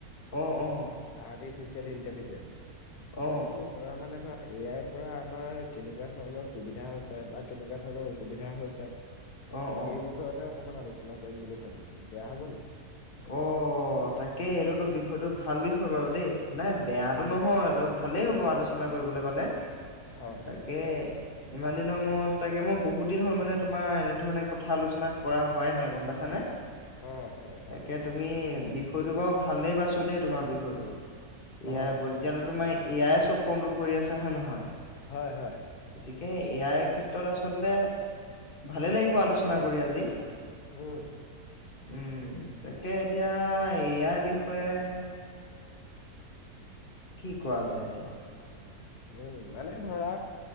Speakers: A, on the left (about 40°); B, on the left (about 85°).
A: অ অ
B: আৰ্টিফিচিয়েল ইণ্টেলিজেঞ্চ,
A: অ
B: এইটোৰ পৰা মানে এ আই পৰা আমাৰ কেনেকুৱা ধৰণৰ সুবিধা হৈছে? বা কেনেকুৱা ধৰণৰ অসুবিধা হৈছে?
A: অ
B: সেই
A: অ
B: বিষয়তে অকমান আলোচনা কৰিম বুলি ভাবিছিলো বেয়া হ'ব নেকি?
A: অ', তাকে এইটোতো বিষয়টো ভাল বিষয় বাৰু দেই। নাই বেয়াটো
B: অ
A: নহয়, ত ভালেই হ'ব আলোচনা কৰিবলৈ পালে।
B: হয়
A: তাকে ইমান দিনৰ মূৰত তাকে মই বহুত দিন হ'ল মানে তোমাৰ এনেধৰণে কথা আলোচনা কৰা হোৱাই নাই। গম পাইছানে?
B: অ'। হয় হয়
A: তাকে তুমি বিষয়টো বাও ভালেই পা ছো দেই তোমাৰ বিষয়টো, এআইৰ
B: অ
A: ওপৰত। এতিয়াতো তোমাৰ এ আইয়ে চব কন্ট্ৰল কৰি আছে। হয় নে নহয়?
B: হয়, হয়।
A: তাকে এ আই ক্ষেত্ৰত আচলতে ভালে লাগিব আলোচনা কৰি আজি।
B: উম।
A: উম, তাকে এতিয়া এ আইৰ বিষয়ে কি কোৱা যায় এতিয়া?
B: উম, মানে ধৰা